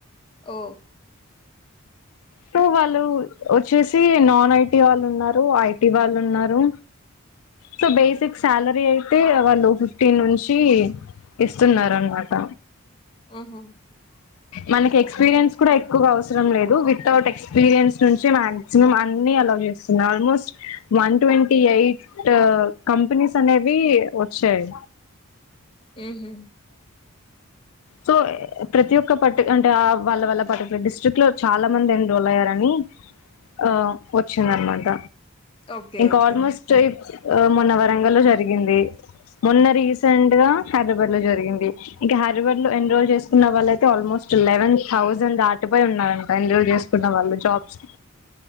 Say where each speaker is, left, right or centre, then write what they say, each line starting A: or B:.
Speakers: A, on the left (about 25°); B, on the left (about 75°).
A: ఓ
B: సో వాళ్ళు వచ్చేసి నాన్ ఐటీ వాళ్ళు ఉన్నారు ఐటీ వాళ్ళు ఉన్నారు సో బేసిక్ సాలరీ అయితే వాళ్ళు ఫిఫ్టీన్ నుంచి ఇస్తున్నారనమాట
A: ఊహు
B: మనకి ఎక్స్పీరియన్స్ కూడా ఎక్కువగా అవసరం లేదు విత్ విథౌట్ ఎక్స్పీరియన్స్ నుంచి మాక్సిమం అన్ని అలా చేస్తున్నా almost one twenty eight companies అనేవి వచ్చాయి
A: ఊహు
B: సో ప్రతి ఒక్క పర్టి అంటే ఆ వాళ్ళ వాళ్ళ పర్టికులర్ డిస్ట్రిక్ట్ లో చాలా మంది ఎన్రోల్ అయ్యారని ఆ వచ్చిందనమాట
A: ఓకే.
B: ఇంక
A: ఓకే.
B: ఆల్మోస్ట్ ఆ మొన్న వరంగ లో జరిగింది మొన్న రీసెంట్ గా హైదరాబాద్ లో జరిగింది ఇంకా హై హైద్రాబాద్ లో ఎన్రోల్ చేసుకున్న వాళ్ళయితే ఆల్మోస్ట్ లెవెన్ థౌజండ్ దాటిపోయి ఉన్నారు అంటా ఎన్రోల్ చేసుకున్న వాళ్ళు జాబ్స్